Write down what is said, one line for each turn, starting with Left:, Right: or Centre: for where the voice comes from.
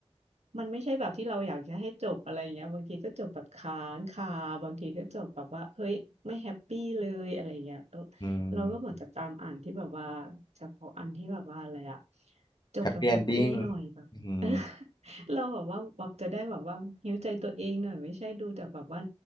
Right: มันไม่ใช่แบบที่เราอยากจะให้จบอะไรอย่างเงี้ยบางทีก็จบแบบค้างคาบางทีก็จบแบบว่าเฮ้ยไม่แฮปปี้เลยอะไรเงี้ยเออ
Left: อืม
Right: เราก็เหมือนจะตามอ่านที่แบบว่าเฉพาะอันที่แบบว่าอะไรอะจบแบบแฮปปี้หน่อยแบบ
Left: แฮปปี้เอนดิ้งอืม
Right: <laughs> เราแบบว่าแบบจะได้แบบว่าหิวใจตัวเองหน่อยไม่ใช่ดูจากแบบว่า